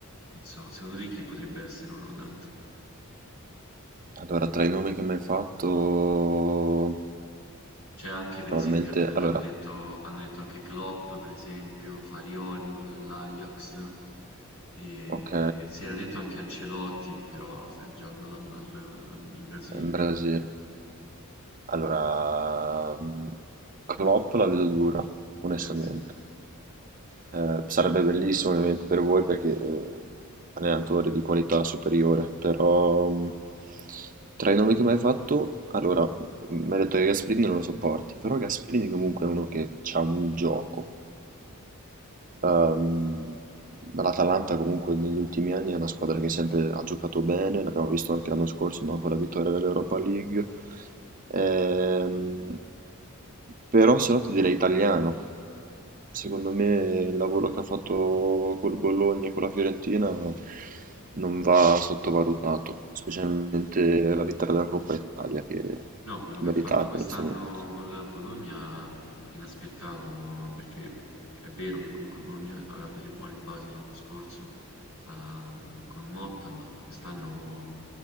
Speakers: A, on the left; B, on the right.
A: non so, secondo te chi potrebbe essere uno adatto?
B: Allora, tra i nomi che mi hai fatto,
A: Cioè, anche per
B: probabilmente...
A: esempio, hanno,
B: Allora,
A: hanno detto, hanno detto anche Klopp, per esempio, Farioli, quello dell'Ajax. E
B: ok,
A: si era detto anche Ancelotti, però è già andato al- al- in Brasile.
B: in Brasile. Allora, mhmm, Klopp la vedo dura, onestamente.
A: Eh sì.
B: Ehm, sarebbe bellissimo ovviamente per voi perché, ehm, allenatore di qualità superiore, però, mhmm, tra i nomi che m'hai fatto, allora, mhmm, mi hai detto che Gasperini non lo sopporti, però Gasperini comunque è uno che c'ha un gioco, Ehm, l'Atalanta comunque negli ultimi anni è una squadra che sempre ha giocato bene, l'abbiamo visto anche l'anno scorso, no, Con la vittoria dell'Europa League. Ehm, però se no ti direi italiano. Secondo me il lavoro che ha fatto col Bologna e con la Fiorentina non va sottovalutato, specialmente la vittoria della Coppa Italia che è
A: No, quello che
B: meritata
A: ha fatto quest'anno
B: onestamente.
A: con la Bologna inaspettato, perché è vero che comunque il Bologna aveva delle buone basi l'anno scorso ah, con Motta, ma quest'anno